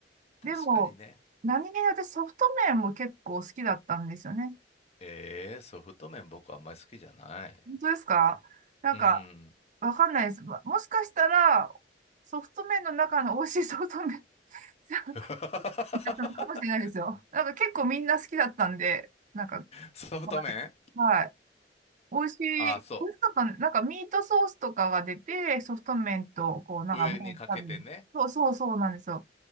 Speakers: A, on the left; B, on the right.
A: 確かにね。
B: でも、何気に私ソフト麺も結構好きだったんですよね。
A: ええーソフト麺僕あんまり好きじゃない。
B: 本当ですかなんか、
A: うん。
B: わかんないです。ももしかしたら、ソフト麺の中の美味しいソフト麺 <laughs>
A: <laughs>
B: だったのかもしれないですよ。なんか結構みんな好きだったんで、なんか、
A: ソフト麺
B: はいはい。美味しい、
A: ああ、
B: 美味しかったね。
A: そ
B: なんかミートソースとかが出て、ソフト麺と、こう、なんか前に食べる。
A: う。上にかけてね。
B: そうそうそうなんですよ。